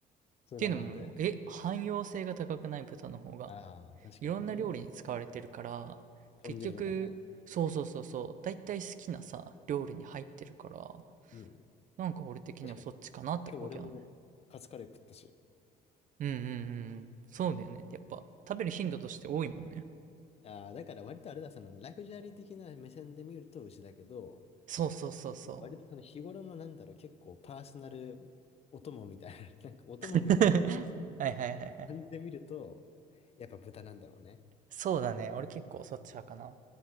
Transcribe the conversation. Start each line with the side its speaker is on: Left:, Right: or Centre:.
Left: それはなんで
Right: ていうのも、え、汎用性が高くない豚の方が、
Left: ああー、確かにね。
Right: いろんな料理に使われてるから、
Left: 豚汁とかね。
Right: 結局、そうそうそうそう、だいたい好きなさ、料理に入ってるから、
Left: うん。
Right: なんか俺的にはそっちかなって思うけどね。
Left: 確かに今日俺も、カツカレー食ったし。
Right: うんうんうんうん。そうだよね。やっぱ、食べる頻度として多いもんね。
Left: ああ、だから割とあれだ、そのラグジュアリー的な目線で見ると牛だけど、
Right: そうそうそうそう。
Left: 割とその日頃のなんだろう、結構パーソナルお供みたいな、<laughs> なんかお供みたいな
Right: <laughs> はいはいはいはい。
Left: 感じで見ると、やっぱ豚なんだろうね。
Right: そうだね。俺結構そっち派かな。